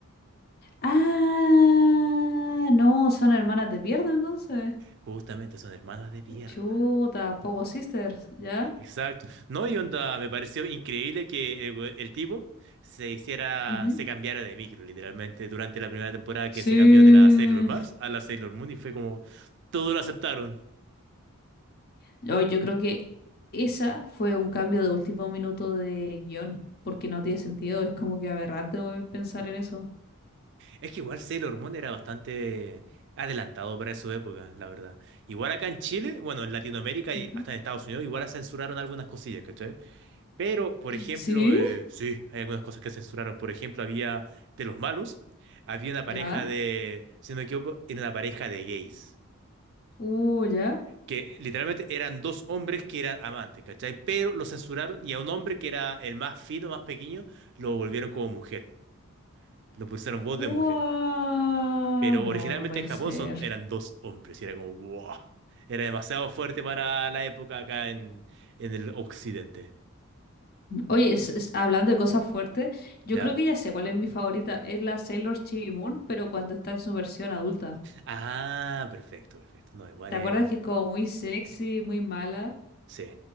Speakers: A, on the left (about 45°); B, on the right (about 50°).
A: Ah, no, son hermanas de pierna entonces.
B: Justamente son hermanas de pierna.
A: Chuta, Pogo Sisters, ¿ya?
B: Exacto. No, y onda, me pareció increíble que el, we- el tipo se hiciera,
A: Ujú.
B: se cambiara de micro, literalmente, durante la primera temporada que
A: Sí.
B: se cambió de la Sailor Mars a la Sailor Moon y fue como, todo lo aceptaron.
A: Yo, yo creo que esa fue un cambio de último minuto de guión, porque no tiene sentido, es como que aberrante güey, pensar en eso.
B: Es que igual Sailor Moon era bastante adelantado para su época, la verdad. Igual acá en Chile, bueno, en Latinoamérica y
A: Ujú.
B: hasta en Estados Unidos, igual censuraron algunas cosillas, ¿cachai? Pero, por ejemplo,
A: ¿Sí?
B: eh, sí, hay algunas cosas que censuraron. Por ejemplo, había de los malos, había una pareja
A: ¿Ya?
B: de, si no me equivoco, era una pareja de gays,
A: Uh, ¿ya?
B: que literalmente eran dos hombres que eran amantes, ¿cachai? Pero lo censuraron y a un hombre que era el más fino, más pequeño, lo volvieron como mujer. Lo pusieron voz
A: ¡Guau!
B: de mujer. Pero
A: No,
B: originalmente
A: no puede
B: en Japón
A: ser.
B: son, eran dos hombres y era como, wow. Era demasiado fuerte para la época acá en, en el occidente.
A: Oye, es- es- hablando de cosas fuertes, yo
B: ¿Ya?
A: creo que ya sé cuál es mi favorita. Es la Sailor Chibi Moon, pero cuando está en su versión adulta.
B: Ah, perfecto, perfecto. No, igual
A: ¿Te
B: es.
A: acuerdas que es como muy sexy, muy mala?
B: Sí,